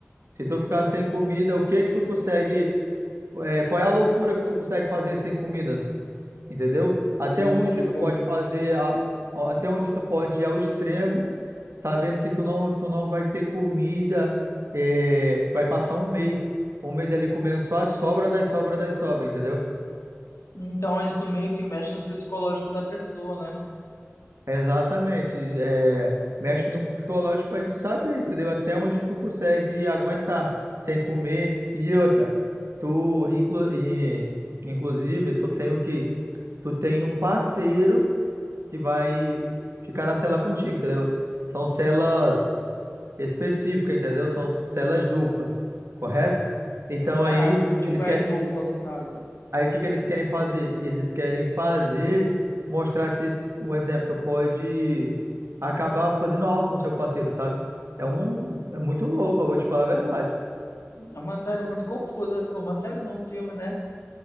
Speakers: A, on the right; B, on the left.
A: Se tu ficar sem comida, o que que tu consegue, é, qual é a loucura que tu consegue fazer sem comida, entendeu? Até
B: Hum,
A: onde
B: então,
A: tu pode fazer, a- ó, até onde tu pode ir ao extremo, sabendo que tu não, tu não vai ter comida, é, vai passar um mês, um mês ali comendo só a sobra das sobras das sobras, entendeu?
B: então isso meio que mexe no psicológico da pessoa, né?
A: Exatamente. É, mexe no psicológico pra gente saber, entendeu? Até onde tu consegue aguentar sem comer. E outra, tu, inclu, e, inclusive, tu tem o quê? Tu tem um parceiro que vai ficar na cela contigo, entendeu? São celas específicas, entendeu? São celas duplas, correto? Então
B: Ah,
A: aí
B: tipo,
A: eles querem
B: é em dupla, no caso.
A: Aí o que que eles querem fazer? Eles querem fazer, mostrar se, um exemplo, tu pode acabar fazendo algo com seu parceiro, sabe? É um, é muito louco, eu vou te falar a verdade.
B: É uma série muito confusa. Uma série não, um filme, né?